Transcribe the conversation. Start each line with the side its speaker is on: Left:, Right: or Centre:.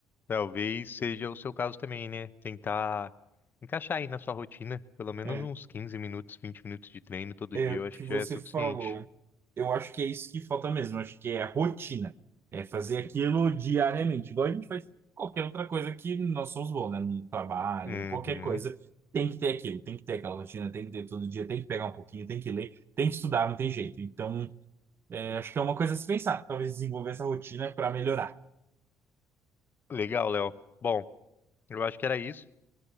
Left: Talvez seja o seu caso também, né? Tentar encaixar aí na sua rotina pelo menos
Right: É,
Left: uns 15 minutos, 20 minutos de treino todo
Right: é
Left: dia,
Right: o
Left: eu acho
Right: que
Left: que
Right: você
Left: já é suficiente.
Right: falou. Eu acho que é isso que falta mesmo. Eu acho que é a rotina. É fazer aquilo diariamente, igual a gente faz qualquer outra coisa que nós somos bons, né? No trabalho,
Left: Uhum.
Right: qualquer coisa. Tem que ter aquilo, tem que ter aquela rotina, tem que ter todo dia, tem que pegar um pouquinho, tem que ler, tem que estudar, não tem jeito. Então, é, acho que é uma coisa a se pensar. Talvez desenvolver essa rotina para melhorar.
Left: Legal, Léo. Bom, eu acho que era isso.